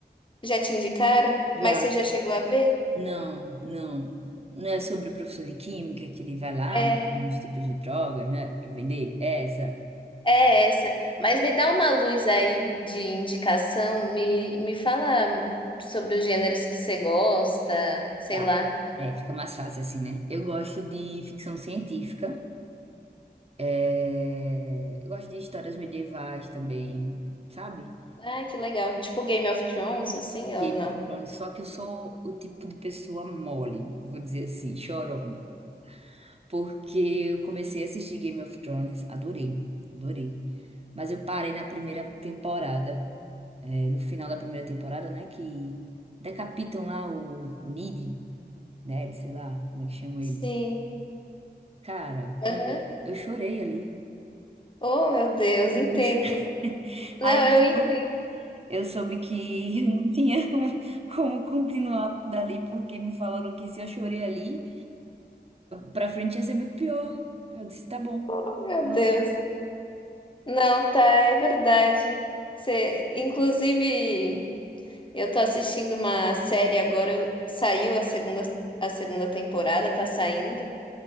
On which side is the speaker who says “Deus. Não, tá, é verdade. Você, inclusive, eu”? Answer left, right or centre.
Left